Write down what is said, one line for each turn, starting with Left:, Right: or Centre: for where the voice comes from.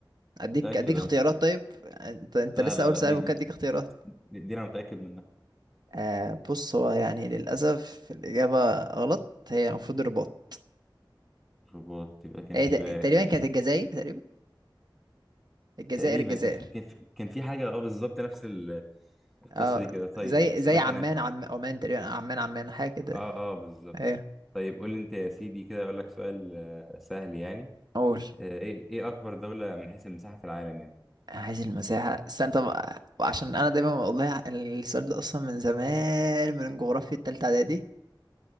Right: اديك
Centre: متأكد
Right: اديك
Centre: اه
Right: اختيارات طيب انت انت
Centre: لا
Right: لسه
Centre: لا
Right: اول
Centre: لا
Right: سؤال
Centre: دي
Right: ممكن
Centre: دي,
Right: اديك اختيارات
Centre: دي, دي انا متأكد منها
Right: آه بص هو يعني للأسف الإجابة غلط هي المفروض الرباط
Centre: الرباط يبقى كان
Right: هي
Centre: في
Right: ت-
Centre: بقى
Right: تقريبا
Centre: كان
Right: كانت الجزائر تقريبا الجزائر
Centre: تقريبا
Right: الجزائر
Centre: كان في كان في كان في حاجة اه بالظبط نفس ال- القصة
Right: اه
Centre: دي كده طيب
Right: زي
Centre: اسألك
Right: زي عمان
Centre: انا
Right: عم عمان تقريبا عمان عمان حاجة كده
Centre: اه اه بالظبط
Right: ايوه
Centre: طيب قول لي انت يا سيدي كده اقول لك سؤال آه، سهل يعني
Right: اقول
Centre: آه، ايه ايه اكبر دولة من حيث المساحة في العالم يعني
Right: عايز المساحة استنى طب عشان انا دايما بقول لها السؤال ده اصلا من زمان من جغرافيا التالتة اعدادي